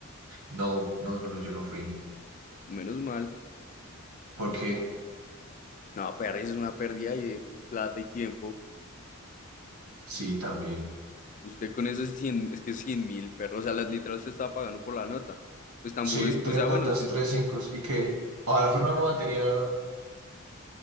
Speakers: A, on the right; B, on the left.
A: No, no, no, no, yo no fui.
B: Menos mal.
A: ¿Por qué?
B: No, pereza es una pérdida ahí de plata y tiempo.
A: Sí, también.
B: Usted con esos 100 es que cien mil perros, o sea, la- literal usted estaba pagando por la nota. Pues tampoco
A: Sí,
B: es que,
A: tres
B: o sea,
A: notas,
B: bueno, si
A: tres cinco. ¿Y qué? Ojalá fuera una materia